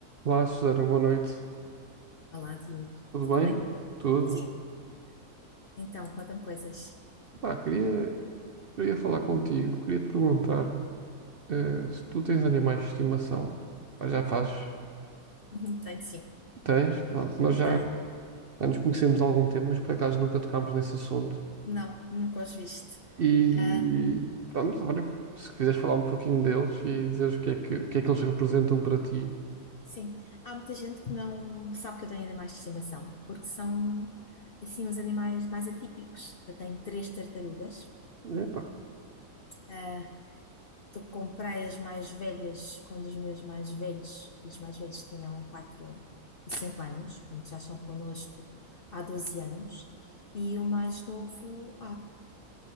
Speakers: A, on the right; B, on the left.
A: Olá, Susana, boa noite.
B: Olá, Diogo.
A: Tudo
B: Tudo
A: bem?
B: bem?
A: Tudo?
B: Sim. Então, conta-me coisas. <laughs>
A: Pá, queria, queria falar contigo, queria te perguntar eh, se tu tens animais de estimação. Pá, já fazes?
B: Uhum, Tenho sim.
A: Tens? Pronto, nós já,
B: Tenho.
A: já nos conhecemos há algum tempo, mas por acaso nunca tocámos nesse assunto.
B: Não, nunca os viste.
A: E
B: Ah,
A: pronto, agora, se quiseres falar um pouquinho deles e dizer o que é que, o que é que eles representam para ti.
B: sim. Há muita gente que não sabe que eu tenho animais de estimação, porque são, assim, os animais mais atípicos. Eu tenho três tartarugas.
A: Epá,
B: Ah, tu comprei as mais velhas quando os meus mais velhos, filhos mais velhos, tinham quatro e cinco anos. Portanto, já estão connosco há 12 anos. E o mais novo